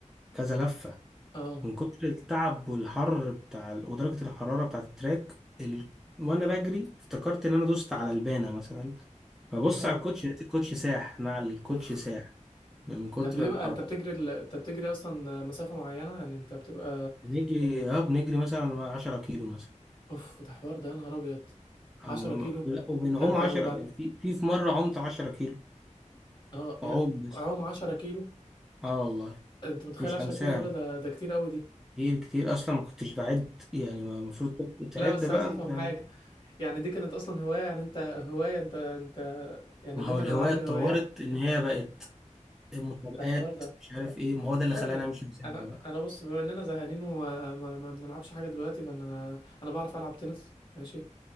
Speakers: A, in the centre; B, on the left.
A: كذا لفة
B: اه
A: من كتر التعب والحر بتاع ال- ودرجة الحرارة بتاعة التراك ال... وأنا بجري افتكرت إن أنا دوست على البانة مثلا ببص
B: <laughs> اه
A: على الكوتش لقيت الكوتش ساح نعل الكوتش
B: اوف
A: ساح من كتر
B: ده بيبقى
A: الحرارة
B: انت بتجري ال... انت بتجري اصلا مسافة معينة يعني انت بتبقى
A: بنجري اه بنجري مثلا 10 كيلو
B: اوف ده حوار ده يا نهار ابيض
A: أم-
B: 10
A: أم-
B: كيلو
A: لا وبنعوم
B: ده انت
A: عشرة
B: وبعد
A: في في في مرة عمت عشرة كيلو
B: اه يا-
A: عوم بس
B: عوم 10 كيلو
A: اه والله
B: انت متخيل
A: مش
B: 10
A: هنساها
B: كيلو دول ده ده كتير قوي دي
A: كتير كتير اصلا ما كنتش بعد يعني ما المفروض تعد
B: لا بس
A: بقى
B: عايز افهم
A: انت
B: حاجة يعني دي كانت اصلا هواية يعني انت هواية انت انت يعني
A: ما
B: ضمن
A: هو الهواية
B: الالعاب
A: اتطورت
B: الهوايات
A: ان هي بقت مسابقات
B: ده حوار ده
A: مش عارف ايه ما هو ده اللي
B: لا
A: خلاني
B: لا
A: مش هسيبها
B: انا
A: بقى
B: انا بص بما اننا زهقانين وما ما ما بنلعبش حاجة دلوقتي فانا انا بعرف العب تنس ماشي